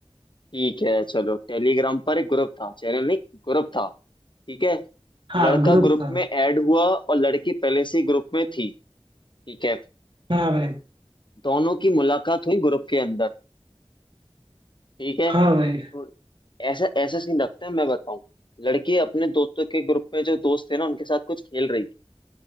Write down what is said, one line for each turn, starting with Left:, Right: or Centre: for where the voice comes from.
Left: ठीक है चलो टेलीग्राम पर एक ग्रुप था चैनल नहीं ग्रुप था ठीक है
Right: हाँ
Left: लड़का
Right: ग्रुप
Left: ग्रुप
Right: था
Left: में ऐड हुआ और लड़की पहले से ग्रुप में थी ठीक है
Right: हाँ भाई
Left: दोनों की मुलाकात हुई ग्रुप के अंदर ठीक है तो
Right: हाँ भाई
Left: ऐसा ऐसा सीन रखते हैं मैं बताऊं लड़की अपने दोस्तों के ग्रुप में जो दोस्त थे ना उनके साथ कुछ खेल रही थी